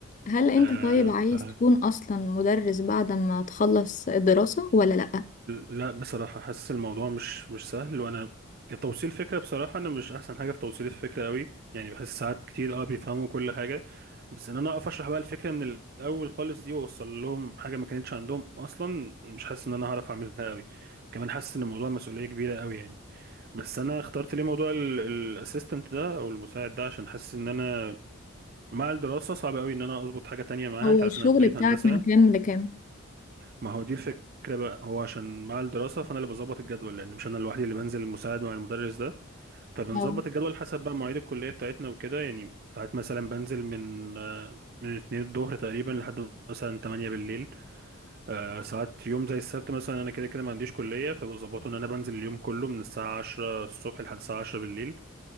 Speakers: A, on the left (about 35°); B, on the right (about 45°).
A: هل انت
B: آه،
A: طيب عايز
B: ف...
A: تكون اصلا مدرس بعد ما تخلص الدراسة ولا لأ
B: لا بصراحه حاسس الموضوع مش مش سهل وانا كتوصيل فكره بصراحه انا مش احسن حاجه في توصيل الفكره قوي يعني بحس ساعات كتير اه بيفهموا كل حاجه بس ان انا اقف اشرح بقى الفكره من الاول خالص دي واوصل لهم حاجه ما كانتش عندهم اصلا مش حاسس ان انا هعرف اعملها قوي كمان حاسس ان الموضوع مسؤوليه كبيره قوي يعني بس انا اخترت ليه موضوع الاسيستنت ده او المساعد ده عشان حاسس ان انا مع الدراسه صعب قوي ان انا اظبط حاجه تانية معاها
A: هو
B: انت عارف
A: الشغل
B: ان انا في كليه
A: بتاعك
B: هندسه
A: من كام لكام
B: ما هو دي الفكره بقى هو عشان مع الدراسه فانا اللي بظبط الجدول لان مش انا لوحدي اللي بنزل المساعد مع المدرس ده فبنظبط
A: اه
B: الجدول حسب بقى مواعيد الكليه بتاعتنا وكده يعني ساعات مثلا بنزل من آه، من 2 الظهر تقريبا لحد مثلا 8 بالليل آه، ساعات يوم زي السبت مثلا انا كده كده ما عنديش كليه فبظبطه ان انا بنزل اليوم كله من الساعه 10 الصبح لحد الساعه 10 بالليل